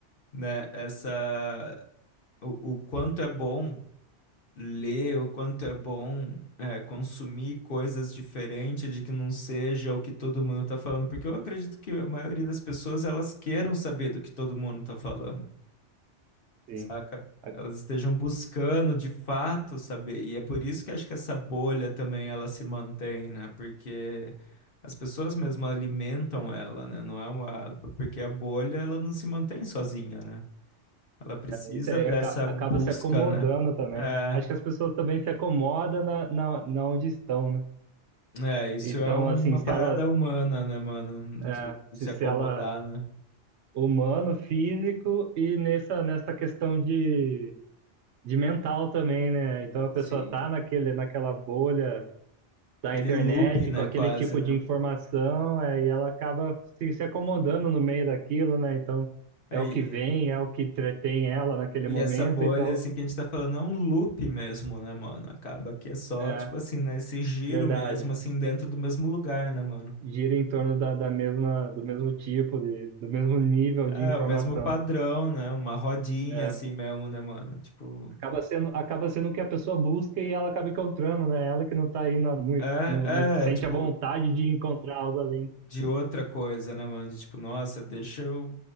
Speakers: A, on the left; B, on the right.
A: né? Essa, o, o quanto é bom. ler o quanto é bom é, consumir coisas diferentes de que não seja o que todo mundo está falando, porque eu acredito que a maioria das pessoas elas queiram saber do que todo mundo está falando,
B: Assim,
A: saca?
B: a-
A: Elas estejam buscando de fato saber, e é por isso que acho que essa bolha também ela se mantém, né? Porque as pessoas mesmo alimentam ela, né? Não é uma porque a bolha ela não se mantém sozinha, né? Ela precisa
B: isso aí
A: dessa
B: aca- acaba
A: busca,
B: se acomodando
A: né?
B: também,
A: É.
B: né? Acho que as pessoas também se acomodam na, na, na onde estão, né?
A: É, isso
B: Então,
A: é uma
B: assim, se
A: parada
B: elas,
A: humana, né, mano?
B: é,
A: Do, do
B: se,
A: se
B: se
A: acomodar,
B: ela
A: né?
B: humano, físico e nessa, nessa questão de, de mental também, né? Então a pessoa
A: Sim.
B: tá naquele, naquela bolha da
A: Aquele
B: internet,
A: loop, né,
B: com aquele
A: quase,
B: tipo de
A: né?
B: informação, é, e ela acaba se, se acomodando no meio daquilo, né? Então
A: É,
B: é o que vem,
A: e
B: é o que entretém ela naquele
A: e
B: momento,
A: essa bolha,
B: então
A: assim, que a gente tá falando é um loop mesmo, né, mano? Acaba que é só,
B: é
A: tipo assim, né, esse giro
B: verdade.
A: mesmo, assim, dentro do mesmo lugar, né, mano?
B: Gira em torno da, da mesma, do mesmo tipo, de, do mesmo nível
A: É,
B: de informação.
A: o mesmo padrão, né? Uma rodinha,
B: É.
A: assim, mesmo, né, mano? Tipo...
B: Acaba sendo, acaba sendo o que a pessoa busca e ela acaba encontrando, né? Ela que não tá aí na, mui-
A: É,
B: no, no- sente
A: é, tipo,
B: a vontade de encontrar algo além.
A: de outra coisa, né, mano? De tipo, nossa, deixa eu